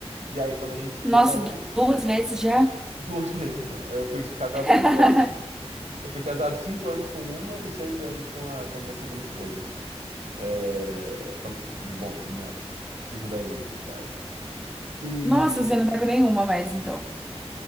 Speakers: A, on the right (about 85°); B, in the centre.
A: e aí quando a gente se
B: Nossa,
A: separou,
B: du- duas vezes já?
A: duas <laughs> vezes. né? Eu fui casado
B: <laughs>
A: cinco anos, eu fui casado cinco anos com uma e seis anos com a, com a minha segunda esposa. É, com bom, com a minha segunda ex, no caso. E.
B: Nossa, você não tá com nenhuma mais, então.